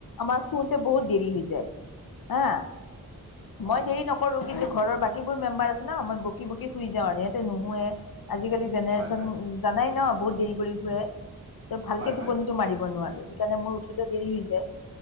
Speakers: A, on the left; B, on the right.
A: আমাৰ শুতে বহুত দেৰি হৈ যায়। হা, মই
B: অ
A: দেৰি নকৰো কিন্তু ঘৰৰ বাকীবোৰ মেম্বাৰ আছে ন', মই বকী বকী শুই যাওঁ আৰু, সিহঁতে নুশুৱে। আজিকালি জেনেৰেশচন
B: হয় হয়
A: জানাই ন', বহুত দেৰি কৰি শুৱে, ত', ভালকে
B: হয় হয়
A: টোপনিটো মাৰিব নোৱাৰোঁ। সেইকাৰণে মোৰ উঠোতে দেৰি হৈ যায়।